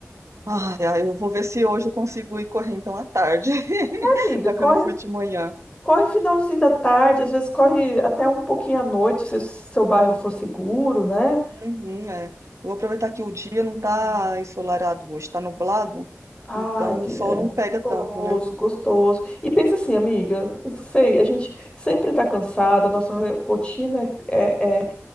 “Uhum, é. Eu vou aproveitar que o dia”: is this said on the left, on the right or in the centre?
Right